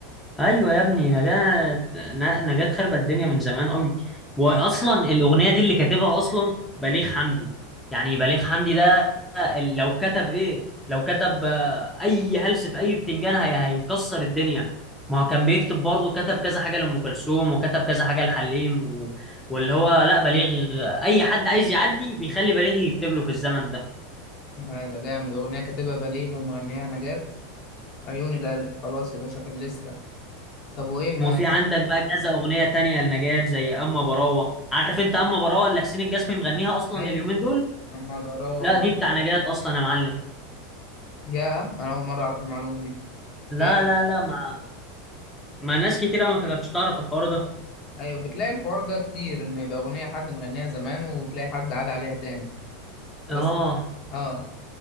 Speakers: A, in the centre; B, on the left.
A: ايوه يا ابني نجاة ن- نجاة خربت الدنيا من زمان قوي واصلا
B: لا
A: الاغنيه دي اللي كاتبها اصلا بليغ حمدي يعني بليغ حمدي ده لو كتب ايه لو كتب آه، اي هلس في اي بتنجان هي هيكسر الدنيا ما هو كان بيكتب برضه كتب كذا حاجه لام كلثوم وكتب كذا حاجه لحليم و... واللي هو لا بليغ اي حد عايز يعدي بيخلي بليغ يكتب له في الزمن ده
B: لا ده جامد أغنية كاتبها بليغ ومغنيها نجاة عيون القلب خلاص يا باشا في الليستة طب وإيه ما
A: وفي عندك بقى كذا اغنيه تانية لنجاة زي اما براوه عارف انت اما براوه اللي حسين الجسمي مغنيها اصلا
B: أيوه
A: اليومين دول
B: ما ضراها
A: لا
B: برضه
A: دي بتاع نجاة اصلا يا معلم
B: يا أنا أول مرة أعرف المعلومة دي
A: لا
B: هي اللي-
A: لا لا ما ما ناس كتير أوي ما كانتش تعرف الحوار ده
B: أيوه بتلاقي الحوار ده كتير إن يبقى أغنية حد مغنيها زمان وتلاقي حد عاد عليها تاني
A: اه
B: بس اه